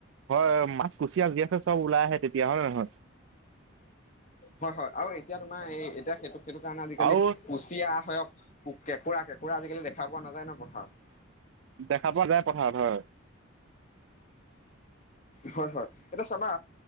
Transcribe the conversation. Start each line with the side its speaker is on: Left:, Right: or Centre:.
Right: হয়, মাছ কুচিয়া যি আছে চব ওলাই আহে তেতিয়া হয় নে নহয়?
Left: হয়, হয়, আৰু এতিয়া তোমাৰ এই এতিয়া সেইটো সেইটো কাৰণে আজিকালি
Right: আৰু
Left: কুচিয়া হওক, কেঁকোৰা কেঁকোৰা আজিকালি দেখা পোৱা নাযায় ন' পথাৰত?
Right: দেখা পোৱা যায় পথাৰত হয়।
Left: হয়, হয়, এতিয়া চাবা।